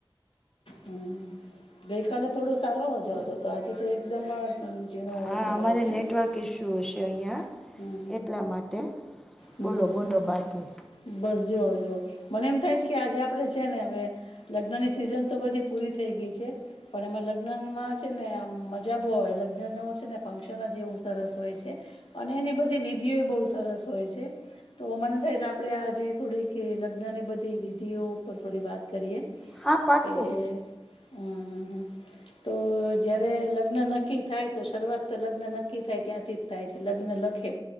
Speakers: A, on the left (about 75°); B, in the centre.
A: હમ ગઈ કલે થોડો સારો અવાજ આવતો તો આજુ તો એકદમ ઝીણો અવાજ
B: હા અમારે
A: આવે છે
B: નેટવર્ક ઇસ્યુ હશે અહીંયા
A: હમ
B: એટલા માટે
A: હમ
B: બોલો
A: હમ
B: બોલો
A: હમ હમ
B: બાકી
A: બસ જો જો મને એમ થાય જ કે આજે આપડણે છે ને હવે લગ્નની સિઝન તો બધી પૂરી થઈ ગઈ છે. પણ એમાં લગ્નમાં છે ને મજા બોવ હોય લગ્નનું છે ને ફાઉન્સપ જ એવું સરસ હોય છે. અને એની બધી વિધિઓ બઉ સરસ હો છે તો મને થાય છે આપડે આજે થોડીક લગ્ન ની બધી વિધિઓ ઉપ થોડી વાત કરીએ
B: હા પાક્કું
A: કે. હમ હમ હમ તો જયારે લ લગ્ન નક્કી થાય તો શરૂઆત તો લગ્ન નક્કી થાય ત્યાંથી જ થાય છે. લગ્ન લખે